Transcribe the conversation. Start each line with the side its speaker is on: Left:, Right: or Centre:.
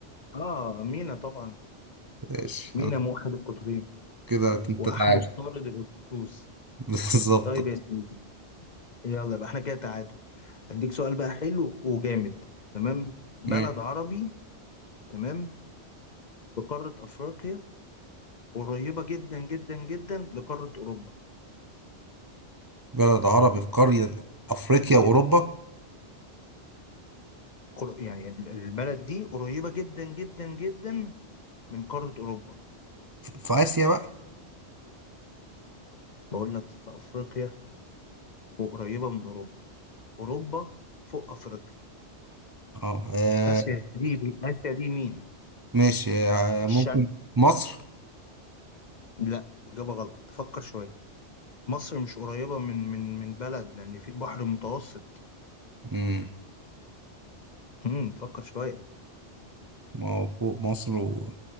Left: اه مينا طبعا
Right: ماشي
Left: مينا موحد القطرين
Right: كده انت
Left: وأحمس
Right: تعالى
Left: طارد الهكسوس
Right: <laughs> بالظبط
Left: طيب يا سيدي يلا يبقى احنا كده تعادل هديك سؤال بقى حلو وجامد تمام بلد
Right: ماشي.
Left: عربي تمام في قارة أفريقيا قريبة جدا جدا جدا لقارة أوروبا
Right: بلد عربي في قارة افريقيا واوروبا
Left: قر- يعني ال- البلد دي قريبة جدا جدا جدا من قارة أوروبا
Right: في في اسيا بقى
Left: بقول لك في أفريقيا وقريبة من أوروبا أوروبا فوق أفريقيا
Right: اه آه،
Left: آسيا دي آسيا دي مين؟
Right: ماشي آه، ممكن
Left: الشرق
Right: مصر
Left: لا إجابة غلط فكر شوية مصر مش قريبة من من من بلد لأن في البحر المتوسط
Right: امم
Left: امم فكر شوية
Right: ما هو فوق مصر و...